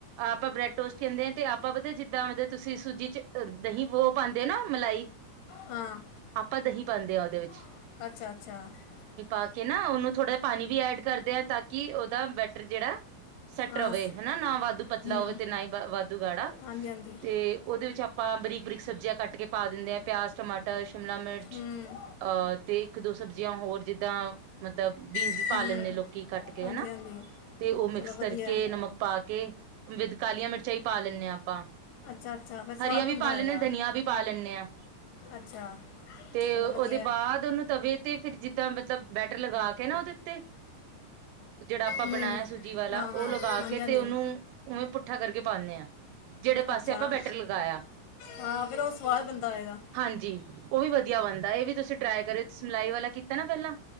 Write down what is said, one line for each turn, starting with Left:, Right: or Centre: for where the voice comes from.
Right: ਆਪਾ ਬ੍ਰੈਡ ਟੋਸਟ ਕਹਿੰਦੇ ਆ ਤੇ ਆਪਾਂ ਪਤਾ ਜਿੱਦਾਂ ਮਤਲਬ ਤੁਸੀਂ ਸੂਜੀ ਚ ਦਹੀਂ <unintelligible> ਪਾਂਦੇ ਨਾ ਮਲਾਈ,
Left: ਹਾਂ
Right: ਆਪਾਂ ਦਹੀਂ <unintelligible>
Left: <inaudible>
Right: <unintelligible> ਕੇ ਨਾ ਉਹਨੂੰ ਥੋੜਾ ਪਾਣੀ ਵੀ ਐਡ ਕਰਦੇ ਤਾਂ ਕਿ ਉਹਦਾ ਬੈਟਰ ਜਿਹੜਾ ਸੈੱਟ
Left: ਹਾਂ
Right: ਰਵੇ,
Left: ਸ-
Right: ਹਨਾ ਨਾ ਵਾਧੂ ਪਤਲਾ
Left: ਹੂੰ
Right: ਹੋਵੇ ਤੇ ਨਾ ਹੀ ਵਾਧੂ ਗਾੜਾ
Left: ਹਾਂਜੀ ਹਾਂਜੀ
Right: ਤੇ ਉਹਦੇ ਵਿੱਚ ਆਪਾਂ ਬਰੀਕ ਬਰੀਕ ਸਬਜ਼ੀਆਂ ਕੱਟ <unintelligible> ਕੇ ਪਾ ਦਿੰਦੇ ਆ ਪਿਆਜ਼, ਟਮਾਟਰ। ਸ਼ਿਮਲਾ ਮਿਰਚ
Left: ਹੂੰ
Right: ਅਹ ਤੇ ਇੱਕ ਦੋ <unintelligible> ਏਦਾਂ ਮਤਲਬ ਬੀਜ
Left: ਹੂੰ
Right: ਪਾ ਲੈਂਦੇ ਲੋਕੀ ਕੱਟ ਕੇ
Left: ਹਾਂਜੀ
Right: ਹੈਣਾ
Left: ਹਾਂਜੀ
Right: ਤੇ ਉਹ ਮਿਕਸ
Left: ਚਲੋ ਵਧੀਆ
Right: ਕਰਕੇ
Left: ਹੈ।
Right: ਨਮਕ ਪਾ ਕੇ ਵਿਚ ਕਾਲੀਆਂ ਮਿਰਚਾਂ ਹੀ ਪਾ ਲੈਣੇ ਹਾਂ ਆਪਾਂ
Left: ਅੱਛਾ ਅੱਛਾ ਫਿਰ ਸਵਾਦ
Right: ਹਰੀਆਂ
Left: ਬਣਦਾ
Right: ਵੀ ਪਾ
Left: ਹੋਏਗਾ
Right: ਲੈਣੇ ਆ ਧਨੀਆ ਵੀ ਪਾ ਲੈਣੇ ਆ
Left: ਅੱਛਾ
Right: ਤੇ
Left: ਚਲੋ
Right: ਉਹਦੇ
Left: ਵਧੀਆ
Right: ਬਾਅਦ
Left: ਹੈ।
Right: ਉਹਨੂੰ ਤਵੇ ਤੇ ਫਿਰ ਜਿੱਦਾਂ ਬੈਟਰ ਲਗਾ ਕੇ ਨਾ ਓਦੇ ਉੱਤੇ ਜਿਹੜਾ ਆਪਾਂ
Left: ਹੂੰ
Right: ਬਣਾਇਆ ਸੂਜੀ ਵਾਲਾ
Left: ਹਾਂ
Right: ਉਹ
Left: ਹਾਂ
Right: ਲਗਾ
Left: ਹਾਂਜੀ
Right: ਕੇ ਤੇ
Left: ਹਾਂਜੀ
Right: ਉਹਨੂੰ ਉਵੇਂ ਪੁੱਠਾ ਕਰਕੇ ਪਾਣੇ ਆ ਜਿਹੜੇ ਪਾਸੇ
Left: ਅੱਛਾ
Right: ਆਪਾਂ ਬੈਟਰ ਲਗਾਇਆ
Left: ਹਾਂ ਫਿਰ ਉਹ ਸਵਾਦ ਬਣਦਾ ਹੋਏਗਾ
Right: ਹਾਂਜੀ ਉਹ ਵੀ ਵਧੀਆ ਬਣਦਾ ਇਹ ਵੀ ਤੁਸੀਂ ਟਰਾਈ ਕਰਿ ਸਿਲਾਈ ਵਾਲਾ ਕੀਤਾ ਨਾ ਪਹਿਲਾਂ